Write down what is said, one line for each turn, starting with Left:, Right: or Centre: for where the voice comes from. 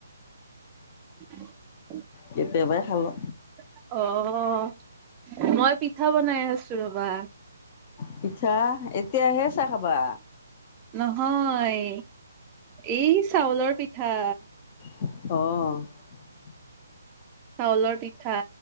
Right: <inaudible>
Left: কেতিয়াবাই খালো
Right: অ, ' মই পিঠা বনাই আছো ৰবা।
Left: পিছা এতিয়াহে চাহ খাবা।
Right: নহয় এই চাউলৰ- পিঠা,
Left: অহ ',
Right: চাউলৰ পিঠা